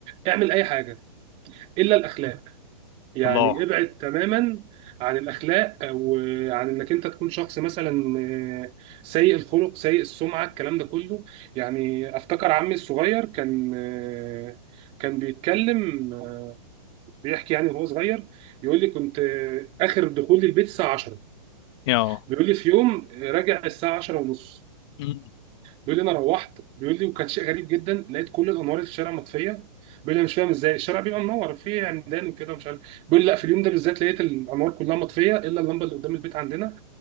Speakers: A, on the right; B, on the left.
A: آه، اعمل اي حاجة الا الاخلاق يعني
B: الله
A: ابعد تماما عن الاخلاق او عن انك انت تكون شخص مثلا آه، سيء الخلق سيء السمعه الكلام ده كله يعني افتكر عمي الصغير كان آه، كان بيتكلم آه، بيحكي يعني وهو صغير يقول لي كنت آه، اخر دخول البيت الساعه 10
B: اه
A: بيقول لي في يوم آه، راجع الساعه 10 ونص
B: مم.
A: بيقول لي انا روحت بيقول لي وكان شيء غريب جدا لقيت كل الانوار اللي في الشارع مطفيه بيقول لي انا مش فاهم ازاي الشارع بيبقى منور في عمدان وكده ومش عارف بيقول لي لا في اليوم ده بالذات لقيت الانوار كلها مطفيه الا اللمبه اللي قدام البيت عندنا